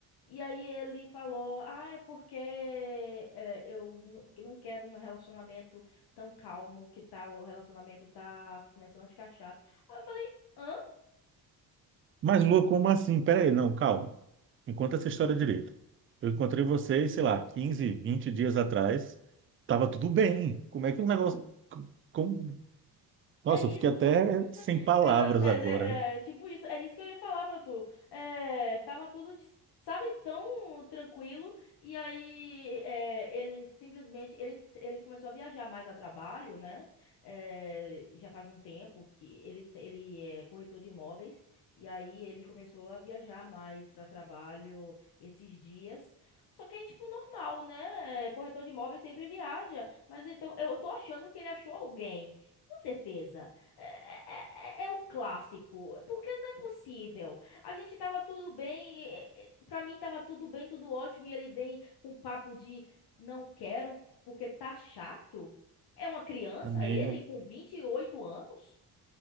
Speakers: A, on the left; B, on the right.
A: E aí ele falou, ah, é porque é, eu n- que não quero um relacionamento tão calmo, que tal, o relacionamento tá começando a ficar chato. Aí eu falei, hã?
B: Mas, Lua, como assim? Pera aí, não, calma. Me conta essa história direito. Eu encontrei vocês, sei lá, 15, 20 dias atrás. Tava tudo bem. Como é que o negócio. Como... Nossa,
A: É isso?
B: eu fiquei até sem palavras
A: Você vê, é,
B: agora.
A: é, é, tipo isso, é isso que eu ia falar pra tu. É, tava tudo, sabe, tão tranquilo. E aí é, ele simplesmente ele, ele começou a viajar mais a trabalho, né? É, já faz um tempo que ele, se- ele é corretor de imóveis. E aí ele começou a viajar mais pra trabalho esses dias. Só que é tipo normal, né? É, Corretor de imóveis sempre viaja. Mas então eu tô achando que ele achou alguém. Com certeza. É, é- é é o clássico, porque não é possível. A gente tava tudo bem, e- e- pra mim tava tudo bem, tudo ótimo, e ele vem com um papo de não quero porque tá chato. É uma criança
B: Amiga,
A: ele com 28 anos?